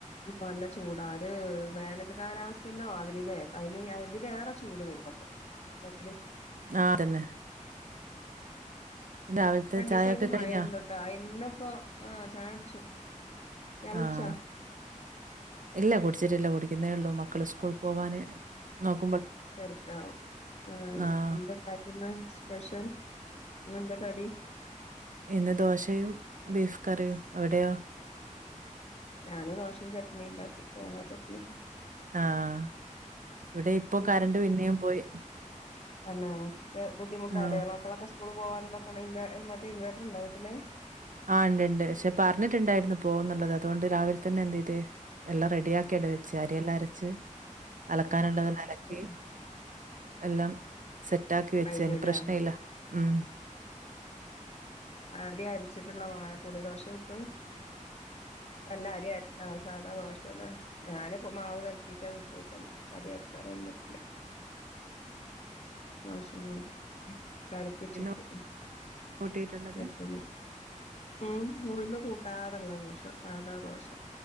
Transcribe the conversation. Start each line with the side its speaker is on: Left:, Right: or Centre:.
Left: ഉ നല്ല ചൂടാര് വേനൽ കാലാവസ്ഥേന്റെ മാതിരില്ലേ അതിന് ഇതിലേറെ ചൂട് തോന്നുപോ <unintelligible>
Right: ആഹ് അതന്നെ പിന്നെ രാവിലത്തെ
Left: രണ്ട ദിവസമായിട്ട്
Right: ചായയൊക്കെ
Left: മഴ
Right: കഴിഞ്ഞാ
Left: ആരുന്നുട്ടാ ഇന്നിപ്പോൊ ആഹ ചായ കുടിച്ചു. ഇയാൾ
Right: ആഹ്
Left: കുടിച്ച
Right: ഇല്ല കുടിച്ചിട്ടല്ല കുടിക്കുന്നേ ഉള്ളൂ മക്കള് സ്കൂള പോവ നോക്ക
Left: െർക്ക എന്ത
Right: ആഹ്
Left: ഉണ്ടാക്കുന്ന സ്പെഷ്യൽന്ത കടി
Right: ഇന്ന് ദോശയും ബീഫ് കറിയും. അവിടെയാ?
Left: ഞാന് ദോശയും ചട്നിയുംണ്ടാക്കി തേങ്ങാ ചട്നി.
Right: ആഹ ഇവിടെ ഇപ്പൊ കരണ്ട് പിന്നേും പോയി
Left: എന്നന്നാ ബുദ്ധിമുട്ട
Right: ആഹ്
Left: അല്ലേ മക്കളൊക്കെ സ്കൂൾ പോകൻ എന്തൊക്കെയ ഇവ മറ്റേ ഇൻവെർട്ടർ ഉണ്ടോവീട്ടിൽ
Right: ആ ഉണ്ട് ഉണ്ട് പക്ഷെ പറഞ്ഞിട്ടുണ്ടായിരുന്നു പോന്നുള്ളത് അതുകൊണ്ട് രാവിലെ തന്നെ എന്ത ചെയ്് എല്ലാം റെഡി ആാക്കി എടു വച്ചു ച്ചരിെല്ലാം അരച്ച് അലക്കാനുള്ളതെല്ലാം
Left: ആഹ്
Right: അലക്കി എല്ലാം സെറ്റ ആാക്കി വെച്ചന്
Left: കഴിഞ്ഞുല്ലേ
Right: പ്രശ്ന ഇല്ല ഉം
Left: ആദ്യ അരിച്ചിട്ടുള്ള മ പുളി ദോശ ചുട്ടു അല്ല അറിയ ആ ആ ദോഷല്ല ഞാനിപ്പോ മാവ് കൽക്കിട്ട് അത് ഇട്ട്ന്നു അര് കലക്കാൻ നിന്നിട്ടില്ല ഉ ആശിർവാദ് കലക്കി ചുട്ടും
Right: ഇന്ന് കൂട്ടിയിട്ടുള്ളത്
Left: കട്ട ഉം മുവിന്ന് കൂട്ടാറുള്ള ദോഷം സാധാ ദോഷം